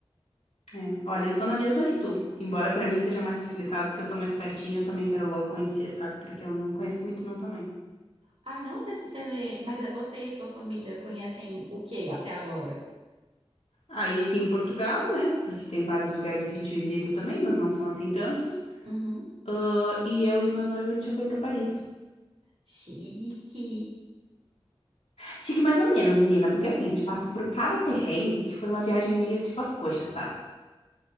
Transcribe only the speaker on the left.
É, Olha, eu tô na mesma que tu, embora pra mim seja mais facilitado, porque eu tô mais pertinho, eu também quero logo conhecer, sabe? Porque eu não conheço muito não também.
Aí aqui em Portugal, né? Porque tem vários lugares que a gente visita também, mas não são assim tantos.
Ah, e eu e meu noivo, a gente já foi pra Paris.
Chique mais ou menos, menina, porque assim, a gente passa por cada perrengue que foi uma viagem meio tipo as coxas, sabe?